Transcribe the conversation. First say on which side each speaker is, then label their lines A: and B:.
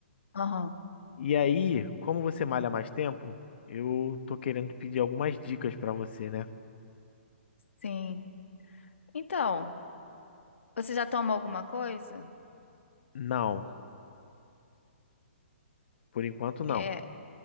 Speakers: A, on the left; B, on the left.
A: aham,
B: E aí, como você malha mais tempo, eu tô querendo pedir algumas dicas pra você, né?
A: sim. Então, você já toma alguma coisa?
B: Não, por enquanto não.
A: É,